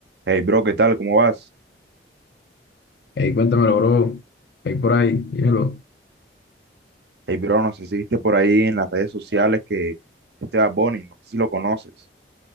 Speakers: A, on the right; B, on the left.
A: Hey bro, ¿qué tal? ¿Cómo vas?
B: Ey, cuéntamelo, bro. Ahí por ahí, dímelo.
A: Hey bro, no sé si viste por ahí en las redes sociales que este Bad Bunny, no sé si lo conoces.